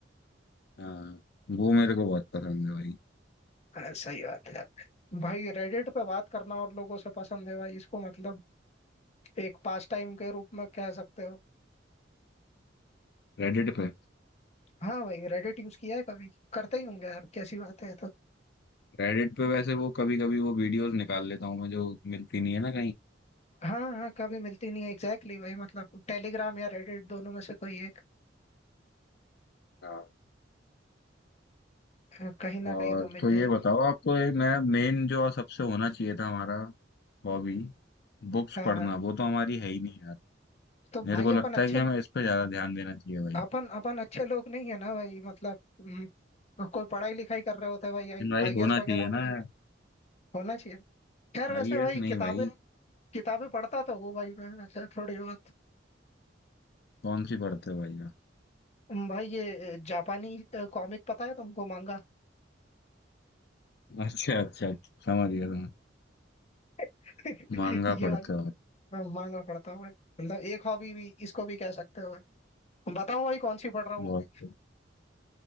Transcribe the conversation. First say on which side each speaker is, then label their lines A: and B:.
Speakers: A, on the left; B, on the left.
A: हाँ वो मेरे को बहुत पसंद है भाई
B: हाँ, सही बात है यार भाई रेडिट पे बात करना और लोगों से पसंद है भाई इसको मतलब एक पास टाइम के रूप में कह सकते हो
A: रेडिट पे
B: हाँ भाई रेडिट यूज किया है कभी करते ही होंगे यार कैसी बात है ये तो
A: रेडिट पे वैसे वो कभी कभी वो वीडियोस निकाल लेता हूँ मैं जो मिलती नहीं है ना
B: हाँ हाँ कभी मिलती नहीं है एग्जैक्टली भाई मतलब टेलीग्राम या रेडिट दोनों में से कोई एक
A: कहीं
B: अ, कहीं ना
A: और
B: कहीं तो मिल
A: तो
B: जाएगी
A: ये बताओ आपको एक नया मेन जो सबसे होना चाहिए था हमारा हॉबी बुक्स
B: हाँ
A: पढ़ना
B: हाँ
A: वो तो हमारी है ही नहीं यार
B: तो
A: मेरे
B: भाई
A: को लगता
B: अपन अच्छे
A: है कि हमें इस पे ज्यादा ध्यान देना चाहिए भाई
B: अपन अपन अच्छे लोग नहीं है ना भाई मतलब हम्म, कोई पढ़ाई लिखाई कर रहे होते हैं भाई आई
A: लेकिन भाई
B: ए
A: होना
B: एस वगैरह
A: चाहिए ना
B: बन
A: यार।
B: होना चाहिए खैर वैसे
A: आईएएस
B: भाई
A: नहीं
B: किताबें
A: भाई
B: किताबें पढ़ता तो हूँ भाई मैं वैसे थोड़ी बहुत
A: कौन सी पढ़ते हो भाई आप
B: हम्म, भाई ये अ, जापानी कॉमिक पता है तुमको मांगा
A: अच्छा अच्छा समझ गया समझ गया।
B: <laughs>
A: मांगा
B: ये
A: पढ़ते
B: वाली
A: हो आप
B: मैं महंगा पड़ता है भाई मतलब एक हॉबी भी इसको भी कह सकते हो भाई बताऊं भाई कौन सी पढ़ रहा हूँ
A: बहुत
B: अभी
A: सही।